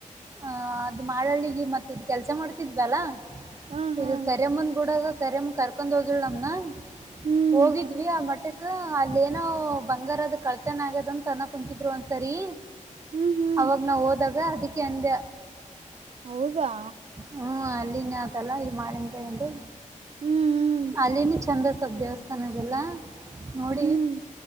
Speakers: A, on the right; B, on the right.
A: ಅ ಅದು ಮಾಳಳ್ಳಿಗೆ ಮತ್ತ ಇದ್ ಕೆಲ್ಸ ಮಾಡ್ತಿದ್ವಲ್ಲಾ.
B: ಹ ಹಾ
A: ಇದು ಕರಿಮ್ಮನ್ ಕೂಡಾಗ ಕರಿಮ್ಮ್ ಕರ್ಕೊಂಡ ಹೋಗಿಲ ನಮೂನೆ
B: ಹ್ಮ್
A: ಹೋಗಿದ್ವಿ ಆ ಮಟ್ಟಕ್ಕ ಅಲಿ ಅಲ್ಲೇನೋ ಬಂಗಾರದು ಕಳ್ತನ ಆಗ್ಯದಂತನ್ನ ಕುಂತಿದ್ರು ಒಂದ್ಸರಿ
B: ಹ್ಮ್ ಹ್ಮ್
A: ಅವಾಗ ನಾ ಹೋದಾಗ ಅದಕ್ಕೆ ಅಂದ
B: ಹೌದಾ
A: ಹ್ಮ್ ಅಲ್ಲಿನ್ ಆತಲ್ಲ ಇದು ಮಳೆಗಾಯೆ ಒಂದು
B: ಹ್ಮ್ ಹ್ಮ್
A: ಅಲ್ಲಿನ ಚಂದ್ರಸಬ್ ದೇವಸ್ಥಾನ ಅದಲ್ಲ ನೋಡ
B: ಹ್ಮ್